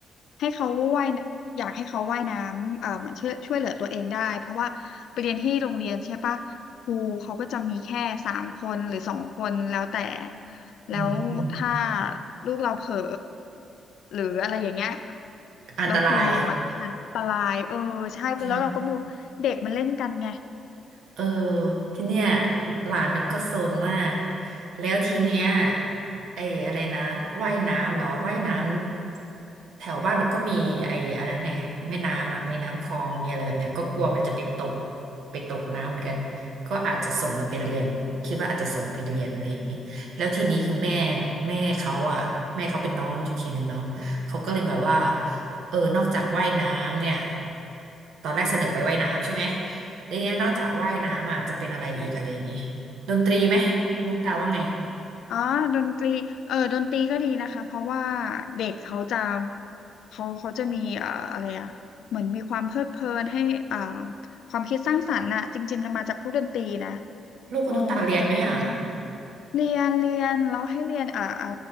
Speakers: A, on the left (about 70°); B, on the right (about 70°).
A: ให้เขาว่ายนอยากให้เขาว่ายน้ำเอ่อเหมือนช่วยช่วยเหลือตัวเองได้เพราะว่าไปเรียนที่โรงเรียนใช่ปะครูเขาก็จะมีแค่สามคนหรือสองคนแล้วแต่แล้วถ้า
B: อืม
A: ลูกเราเผลอหรืออะไรอย่างเงี้ย
B: อันตราย
A: แล้วครูมองมาไม่ทันอันตรายเออใช่แล้วเราก็ไม่รู้เด็กมันเล่นกันไง
B: ใช่ เออทีเนี้ยหลานนุชก็โซนมากแล้วทีเนี้ยไอ้อะไรนะว่ายน้ำเหรอว่ายน้ำแถวบ้านมันก็มีไอ้อันนั้นเนี่ยแม่น้ำอ่ะมีน้ำคลองมีอะไรแบบเนี้ยก็กลัวมันจะไปตกไปตกน้ำเหมือนกันก็อาจจะส่งมันไปเรียนคิดว่าอาจจะส่งไปเรียนอะไรอย่างนี้แล้วทีนี้คือแม่แม่เขาอ่ะแม่เขาเป็นน้องนุชอีกทีหนึ่งเนาะเขาก็เลยแบบว่าเออนอกจากว่ายน้ำเนี่ยตอนแรกเสนอไปว่ายน้ำใช่ไหม แต่เนี้ยนอกจากว่ายน้ำอ่ะจะเป็นอะไรอีกอะไรอย่างงี้ดนตรีไหมคุณตุ๊กตาว่าไง
A: อ๋อดนตรีเออดนตรีก็ดีนะคะเพราะว่าเด็กเขาจะเขาเขาจะมีเอ่ออะไรอะเหมือนมีความเพลิดเพลินให้เอ่อความคิดสร้างสรรค์น่ะจริงๆมันมาจากพวกดนตรีนะ
B: ลูกคุณตุ๊กตาเรียนไหมอ่ะ
A: โอ้มันจะกระตุ้นพอสมเรียนเรียนแล้วให้เรียนเอ่อเอ่อ